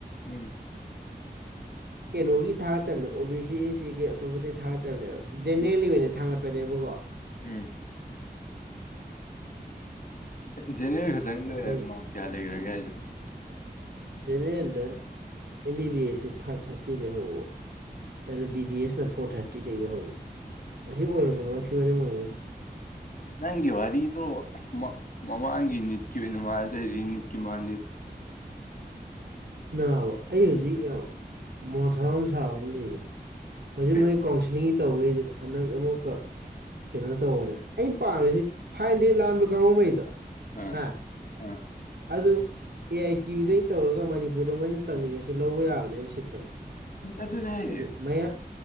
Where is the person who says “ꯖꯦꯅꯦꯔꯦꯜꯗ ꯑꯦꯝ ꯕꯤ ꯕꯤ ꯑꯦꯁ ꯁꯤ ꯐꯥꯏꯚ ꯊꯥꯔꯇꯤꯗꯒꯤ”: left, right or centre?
Right